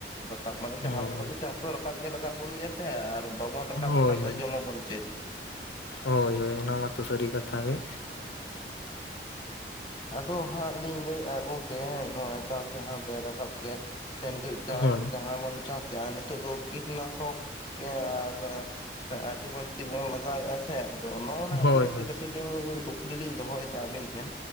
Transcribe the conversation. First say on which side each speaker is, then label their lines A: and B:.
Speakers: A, on the left; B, on the left.
A: ᱨᱟᱠᱟᱵ ᱢᱟᱱᱮ
B: ᱦᱳᱭ
A: ᱡᱟᱦᱟᱸ ᱞᱮᱠᱟ ᱠᱟᱛᱮ ᱪᱟᱥ ᱫᱚ ᱨᱟᱠᱟᱵ ᱜᱮ ᱞᱟᱜᱟᱣ ᱵᱚᱱ ᱜᱮᱭᱟ ᱥᱮ, ᱟᱨ ᱵᱟᱵᱚᱱ ᱨᱟᱠᱟᱵ
B: ᱦᱳᱭ
A: ᱞᱮᱠᱷᱟᱱ ᱫᱚ
B: ᱦᱳᱭ
A: ᱡᱚᱢ ᱟᱵᱚᱱ ᱪᱮᱫ
B: ᱦᱳᱭ ᱦᱳᱭ ᱚᱱᱟ ᱢᱟᱛᱚ ᱥᱟᱹᱨᱤ ᱠᱟᱛᱷᱟ ᱜᱮ
A: ᱟᱫᱚ ᱦᱟᱸᱜ ᱞᱤᱧ ᱞᱟᱹᱭᱮᱜᱼᱟ ᱜᱚᱝᱠᱮ ᱱᱚᱜᱼᱚᱭ᱾ ᱪᱟᱥ ᱡᱟᱦᱟᱸ ᱯᱮ ᱨᱟᱠᱟᱵ ᱠᱮᱫ ᱥᱮ ᱱᱤᱛᱚᱜ ᱪᱟᱥ
B: ᱦᱳᱭ
A: ᱡᱟᱦᱟᱸ ᱵᱚᱱ ᱪᱟᱥ ᱡᱟᱦᱟᱸ ᱱᱤᱛᱚᱜ ᱫᱚ ᱠᱤᱴᱱᱟᱥᱚᱠ <inaudible> ᱦᱮ ᱟᱹᱰᱤ ᱵᱟᱹᱲᱛᱤ ᱵᱚᱱ ᱞᱟᱜᱟᱣᱮᱜᱼᱟ ᱥᱮ ᱟᱫᱚ ᱱᱚᱜᱚᱱᱟ ᱱᱚᱣᱟ
B: ᱦᱳᱭ
A: ᱤᱫᱤ ᱠᱟᱛᱮ
B: ᱦᱳᱭ
A: ᱠᱟᱹᱴᱤᱡ᱾ ᱟᱹᱞᱤᱧ ᱠᱩᱠᱞᱤ ᱞᱤᱧ ᱫᱚᱦᱚᱭᱫᱟ ᱟᱵᱮᱱ ᱴᱷᱮᱱ?